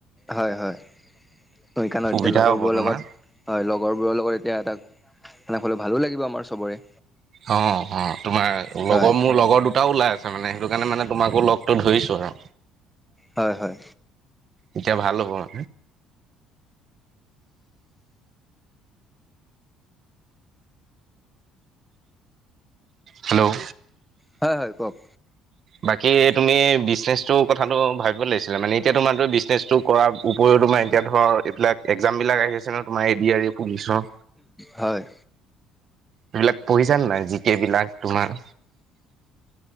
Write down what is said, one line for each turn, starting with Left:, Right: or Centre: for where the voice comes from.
Centre: হয় হয়। সেইকাৰণ এতিয়া
Right: সুবিধা
Centre: লগৰবোৰৰ
Right: হ'ব তোমাৰ
Centre: লগত হয় লগৰবোৰৰ লগত এতিয়া তাক- সকলো ভালো লাগিব আমাৰ চবৰে।
Right: অ অ তোমাৰ
Centre: হয়
Right: লগৰ, মোৰ লগৰ দুটাও ওলাই আছে মানে সেইটো কাৰণে মানে- তোমাকো লগটো ধৰিছো ন।
Centre: হয় হয়
Right: এতিয়া ভাল হ'ব। হেল্ল'!
Centre: হয় হয় কওঁক।
Right: বাকী তুমি? বিজনেছটোৰ কথাটো ভাবিব লাগিছিলে মানে এতিয়া তোমাৰটো বিজনেছটো কৰাৰ উপৰিও তোমাৰ এতিয়া ধৰ এইবিলাক- এক্জাম বিলাক আহি আছে ন তোমাৰ এ ডি আৰ ই পুলিচৰ।
Centre: হয়।
Right: এইবিলাক পঢ়িছা নাই জিকে বিলাক তোমাৰ?